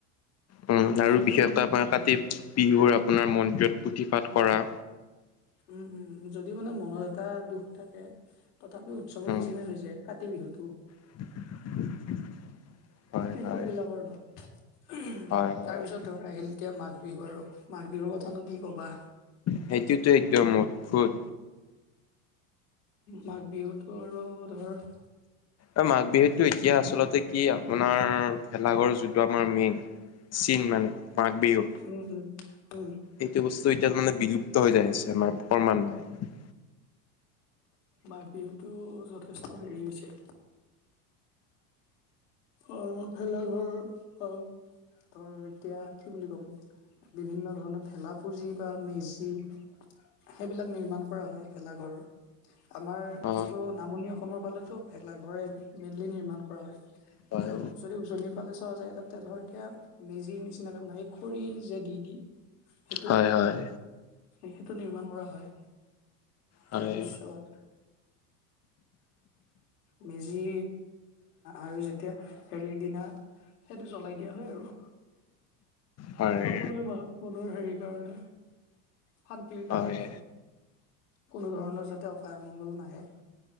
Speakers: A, on the left (about 35°); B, on the left (about 80°).
A: উম আৰু
B: যদিও
A: বিশেষকৈ আপোনাৰ কাতি
B: এ
A: বিহুৰ আপোনাৰ মন্দিৰত পুথি পাঠ কৰা।
B: উম, উম যদিও মানে মনত এটা দুখ থাকে তথাপিও উৎসৱৰ
A: উম
B: নিচিনা হৈ যায়। কাতি বিহুটো।
A: <unintelligible> হয়
B: কৃষক
A: হয়
B: বিলাকৰ ধৰ তাৰ
A: হয় হয়
B: পিছত ধৰ আহিল এতিয়া মাঘ বিহু আৰু মাঘ বিহুৰ কথানো কি ক'বা।
A: সেইটোতো একদম অদ্ভুত।
B: মাঘ বিহুটো আৰু ধৰ
A: অ, মাঘ বিহুতটো এতিয়া আচলতে কি আৰু। আপোনাৰ ভেলাঘৰ যোনটো আমাৰ মেইন চীন মানে মাঘ বিহুৰ
B: উম, উম, উম।
A: এইটো বস্তু এতিয়া মানে বিলুপ্ত হৈ যায় আছে আমাৰ প্ৰমান নাই।
B: মাঘ বিহুটো যথেষ্ট হেৰি হৈছে অ' ভেলাঘৰ অ' ধৰ এতিয়া কি বুলি কম। বিভিন্ন ধৰণৰ ভেলা পুজি বা মেজি। সেইবিলাক নিৰ্মাণ কৰা হয় ভেলাঘৰৰ। আমাৰ
A: অ
B: যিটো নামনি অসমৰ ফালেটো ভেলাঘৰে মেইনলি নিৰ্মাণ কৰা হয়।
A: হয়
B: কিন্তু যদি উজনিৰ ফালে চোৱা যায় তাতে ধৰ এতিয়া মেজিৰ নিচিনাকৈ বনাই। খৰি যে দি দি সেইটো
A: হয় হয়
B: সেইটো নিৰ্মাণ কৰা হয়
A: হয়
B: তাৰপিছত মেজি আৰু যেতিয়া হেৰিৰ দিনা সেইটো জ্বলাই দিয়া হয় আৰু
A: হয়
B: সকলোৱে মা মনৰ হেৰিৰ কাৰণে শান্তিৰ
A: হয়
B: কাৰণে। কোনো ধৰণৰ যাতে অপায় অমংগল নাহে।